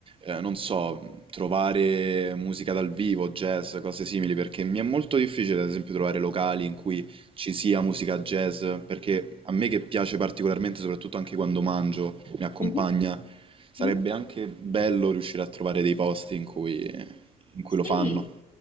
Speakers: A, on the right; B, on the left.
A: eh, non so, trovare musica dal vivo, jazz, cose simili, perché mi è molto difficile, ad esempio, trovare locali in cui ci sia musica jazz, perché a me che piace particolarmente, soprattutto anche quando mangio, mi accompagna,
B: Mhm,
A: sarebbe
B: mhm.
A: anche bello riuscire a trovare dei posti in cui, in cui
B: Sì,
A: lo fanno.